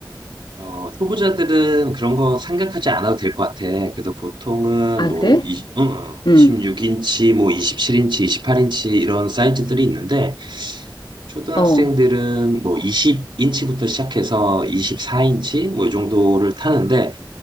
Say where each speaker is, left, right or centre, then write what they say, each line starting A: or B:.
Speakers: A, on the right; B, on the left.
A: 어, 초보자들은 그런 거 생각하지 않아도 될 것 같아. 그래서 보통은
B: 아,
A: 뭐2
B: 그래? 응.
A: 26인치, 뭐 27인치, 28인치 이런 사이즈들이 있는데 초등학생들은
B: 어,
A: 뭐 20인치부터 시작해서 24인치 뭐 이 정도를 타는데